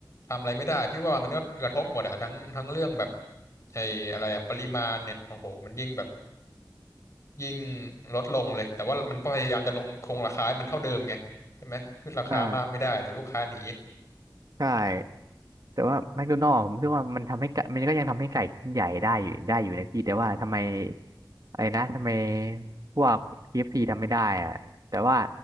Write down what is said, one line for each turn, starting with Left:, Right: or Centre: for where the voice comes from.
Left: ทำอะไรไม่ได้พี่ว่ามันก็กระทบหมดอะทั้งทั้งเรื่องแบบไอ้อะไรอะปริมาณเนี่ยโอ้โหมันยิ่งแบบ ยิ่งลดลงเลยแต่ว่ามันพยายามจะลงคงราคาให้มันเท่าเดิมไงใช่ไหมขึ้นราคามากไม่ได้แต่ลูกค้าหนี
Right: อ่าใช่แต่ว่าแมคโดนัลด์ผมรู้สึกว่ามันทำให้ไก่มันก็ยังทำให้ไก่ชิ้นใหญ่ได้อยู่ได้อยู่นะพี่แต่ว่าทำไมอะไรนะทำไมพวกเคเอฟซีทำไม่ได้อะแต่ว่า